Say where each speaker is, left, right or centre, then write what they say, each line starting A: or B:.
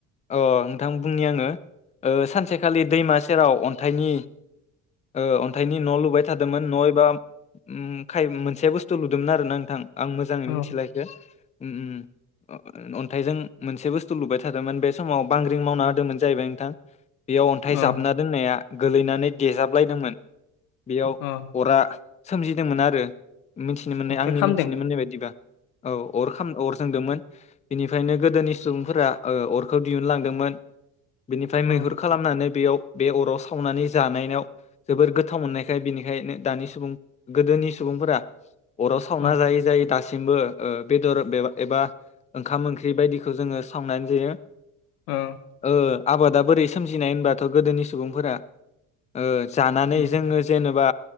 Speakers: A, on the left; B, on the left.
A: अ नोंथां बुंनि आङो। ओ सानसेखालि दैमा सेराव थाइनि ओ अन्थाइनि न' लुबाय थादोंमोन न' एबा उम खाय मोनसे बुस्थु नुदोंमोन आर ना नोंथां। आं मोजाङै
B: औ
A: मिथिला इखो। उम उम अन्थाइजों मोनसे बुस्थु लुबाय थादोंमोन बे समाव बांग्रिं मावना होदोंमोन जाहैबाय नोंथां। बेयाव अन्थाइ
B: औ
A: जाबना दोननाया गोलैनानै देजाब लायदोंमोन। बेयाव
B: औ
A: अरा सोमजिदोंमोन आरो मिथिनो मोननाय
B: ओमफ्राय
A: आंनि
B: खामदों
A: मिथिनो मोननाय बायदिबा औ अर खाम अर जोंदोंमोन। बेनिफ्रायनो गोदोनि सुबुंफोरा अरखौ दिहुनलांदोंमोन। बिनिफ्राय
B: औ
A: मैहुर खालामनानै बेयाव बे अराव सावनानै जानायाव जोबोर गोथाव मोननायखाय बिनिखायनो दानि सुबुं गोदोनि सुबुंफोरा अराव सावना
B: औ
A: जायै जाय दास दासिमबो ओ बेदर एबा ओंखाम ओंख्रि बायदिखौ जोङो सावनानै बेयो‌
B: औ
A: ओ आबादा बोरै सो सोमजिनाय होनबाथ गोदोनि सुबुंफोरा ओ जानानै
B: उम
A: जोङो जेनबा